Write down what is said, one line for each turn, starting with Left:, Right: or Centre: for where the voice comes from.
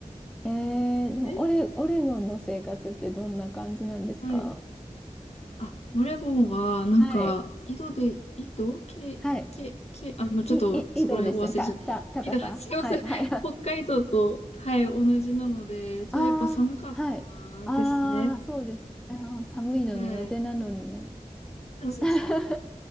Centre: えー、でもオレ、
Left: え、
Centre: オレゴンの生活ってどんな感じなんですか
Left: はい。あ、オレゴンは、なんか、
Centre: はい、
Left: 井戸で、井戸け、
Centre: はい。
Left: け、け、あの、ちょっと、
Centre: い、い、
Left: そこら辺お忘れちゃった。
Centre: 緯度ですね。た、た、高さはい、
Left: 井戸、すいません。<laughs>
Centre: はい、はい。
Left: 北海道と、はい、同じなので、ちょっとやっぱ寒かったですね。
Centre: ああ、はい。ああ、そうです。あー、寒いの苦手なのにね。
Left: はい。そうそう、
Centre: <laughs>
Left: そ